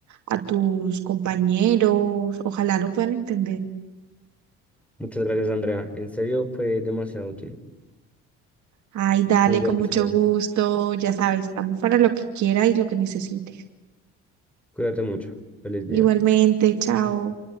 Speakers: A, on the right (about 60°); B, in the centre.
A: a tus compañeros, ojalá lo puedan entender.
B: Muchas gracias, Andrea. En serio, fue demasiado útil.
A: Ay, dale,
B: Muy buenas
A: con mucho
B: ideas.
A: gusto, ya sabes, estamos para lo que quieras y lo que necesites.
B: Cuídate mucho. Feliz día.
A: Igualmente, chao.